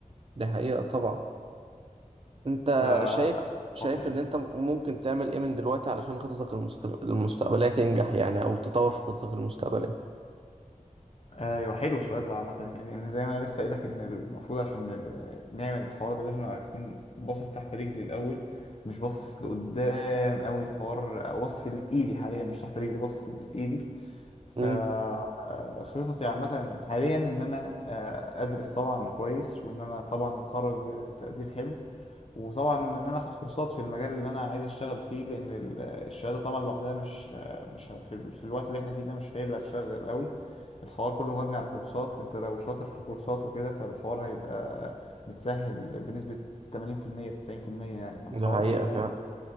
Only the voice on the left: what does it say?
ف آه،
حلو
أيوه حلو السؤال ده عامة يعني لأن زي ما أنا لسه قايلك إن المفروض عشان ال- نعمل الحوار ده لازم أكون باصص تحت رجلي الأول مش باصص لقدام أوي الحوار أو باصص في اللي في إيدي حاليا مش تحت رجلي باصص في اللي في إيدي فخططي
عامة حاليا إن أنا آه، أدرس طبعا كويس وإن أنا طبعا أتخرج بتقدير حلو وطبعا ان انا اخد كورسات في المجال اللي انا عايز اشتغل فيه لان ال- الشهاده طبعا لوحدها مش مش ه- في ال- في الوقت اللي احنا فيه ده مش هي اللي هتشغل قوي الحوار كله مبني على كورسات انت لو شاطر في الكورسات وكده فالحوار هيبقى متسهل بنسبه 80% 90% يعني فالحوار
كده يعني